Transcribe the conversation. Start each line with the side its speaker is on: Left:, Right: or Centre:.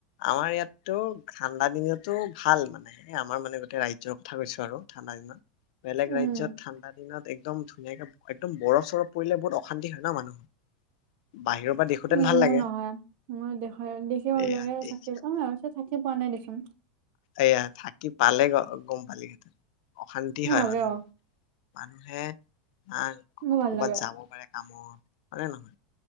Left: আমাৰ ইয়াততো ঠাণ্ডা দিনতো ভাল মানে। আমাৰ মানে গোটেই ৰাজ্যৰ কথা কৈছো আৰু ঠাণ্ডা দিনত। বেলেগ
Right: উম।
Left: ৰাজ্যত ঠাণ্ডা দিনত একদম ধুনীয়াকে একদম বৰফ চৰফ পৰিলে বহুত অশান্তি হয় ন মানুহৰ। বাহিৰৰ পৰা দেখোতেন
Right: উম
Left: ভাল
Right: মোৰ
Left: লাগে
Right: নহয়। মোৰ দেখাই - দেখি ভাল
Left: এয়া
Right: লাগে
Left: দেখ
Right: থাক অ অৱশ্যে থাকি পোৱা নাই দে <inaudible>
Left: এয়া থাকি পালে গ - গম পালিহেঁতেন। অশান্তি
Right: মোৰ
Left: হয়
Right: হ'লেও
Left: মানুহৰ। মানুহে <unintelligible>
Right: মোৰ ভাল
Left: ক'বাত
Right: লাগে।
Left: যাব পাৰে। <unintelligible> হয়নে নহয়?